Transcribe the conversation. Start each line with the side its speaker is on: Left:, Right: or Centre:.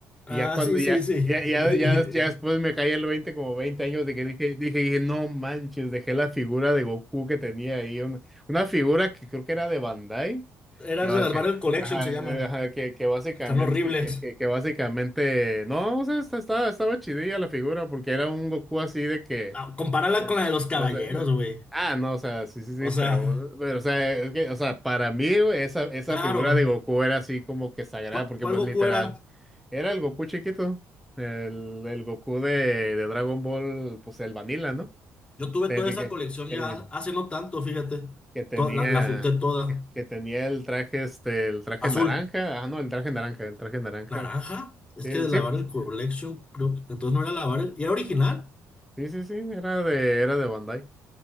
Left: Ah,
Centre: Y ya cuando,
Left: sí,
Centre: ya,
Left: sí, sí.
Centre: ya,
Left: <laughs>
Centre: ya, ya, ya después me caí el 20 como 20 años de que dije, dije, dije, no manches, dejé la figura de Goku que tenía ahí, una, una figura que creo que era de Bandai,
Left: Eran
Centre: que, va-
Left: de las
Centre: que,
Left: Barrel Collection,
Centre: ajá,
Left: se llaman.
Centre: ajá, que, que básicamente,
Left: Están horribles.
Centre: que, que, que básicamente, no, o sea, esta- estaba, estaba chidilla la figura, porque era un Goku así de que,
Left: Ah, Compararla
Centre: o
Left: con la de los caballeros,
Centre: sea, o sea,
Left: güey.
Centre: ah, no, o sea, sí, sí, sí,
Left: O sea,
Centre: pero, pero, o sea, es que, o sea, para mí güey, esa, esa
Left: claro.
Centre: figura de Goku era así como que sagrada,
Left: ¿Cu-
Centre: porque
Left: ¿Cuál
Centre: pues
Left: Goku
Centre: literal,
Left: era?
Centre: era el Goku chiquito, el, el Goku de, de Dragon Ball, pues el Vanilla, ¿no?
Left: Yo tuve
Centre: Te-
Left: toda
Centre: de
Left: esa
Centre: Que,
Left: colección
Centre: el-
Left: ya hace no tanto, fíjate.
Centre: que tenía,
Left: To- la, la junté toda.
Centre: que, que tenía el traje, este, el traje
Left: Azul.
Centre: naranja, ah, no, el traje naranja, el traje naranja,
Left: Naranja. Es
Centre: sí,
Left: que
Centre: el-
Left: de lavar
Centre: sí, pues,
Left: el collection, creo que entonces no era lavar el. Y era original.
Centre: sí, sí, sí, era de, era de Bandai.